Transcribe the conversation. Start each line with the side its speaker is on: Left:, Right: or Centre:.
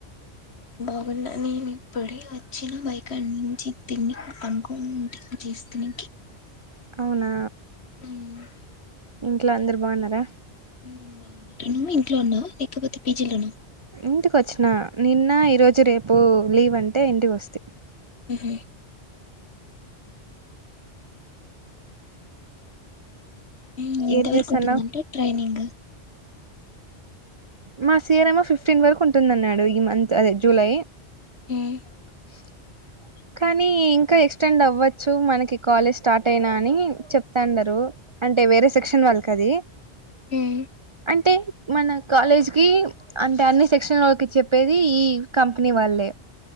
Right: <inaudible>
Left: నా నేను ఇప్పుడే వచ్చిన బైయికాడి నుంచి తిని పనుకొని చేస్తిని
Right: అవునా
Left: మ్
Right: ఇంట్లో అందరు బావున్నారా.
Left: మ్ బాగున్నారు నువ్వు ఇంట్లో ఉన్నావా లేకపోతే పీజిలో నా
Right: ఇంటికి వచ్చిన నిన్న ఈరోజు రేపు లీవ్ అంటే ఇంటికి వస్తీ
Left: మ్ మ్ ఎంత
Right: ఏం
Left: వరకు
Right: చేస్తాన్నావ్
Left: ఉంటుందంటే ట్రైనింగ్
Right: మా సియర్ ఏమొ ఫిఫ్టీన్ వరకు ఉంటుంద అన్నాడు ఈ మంత్ అదే జూలై
Left: ఉమ్
Right: <inaudible> కానీ ఇంకా ఎక్స్టెండ్ అవ్వచ్చు మనకి కాలేజ్ స్టార్ట్ అయినా అని చెప్తాండరూ అంటే వేరే సెక్షన్ వాళ్ళకది
Left: హమ్
Right: అంటే మన కాలేజ్ కి అంటే అన్ని సెక్షన్ లోకి చెప్పేది ఈ కంపెనీ వాళ్ళే